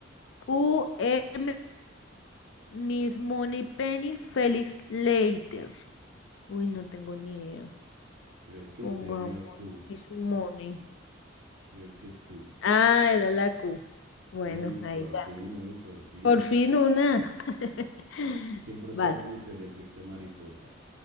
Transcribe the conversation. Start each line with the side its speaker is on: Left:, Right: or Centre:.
Left: Q, M, Miss Moneypenny, Felix Leiter. Uy, no tengo ni idea.
Right: Creo que
Left: Pongamos
Right: es M o Q.
Left: Miss Money.
Right: Creo que es Q.
Left: Ah, era la Q. Bueno,
Right: Sí,
Left: ahí
Right: por
Left: ya.
Right: fin, uy, por fin.
Left: Por fin una. <laughs>
Right: ¿Quién protagonizó
Left: Vas.
Right: el efecto mariposa?